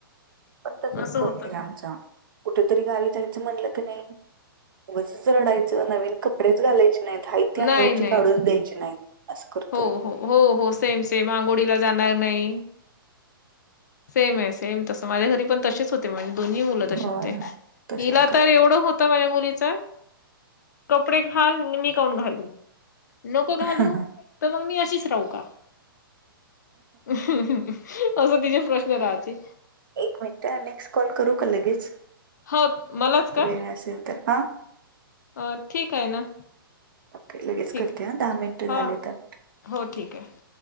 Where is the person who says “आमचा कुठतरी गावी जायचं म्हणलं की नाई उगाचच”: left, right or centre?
Right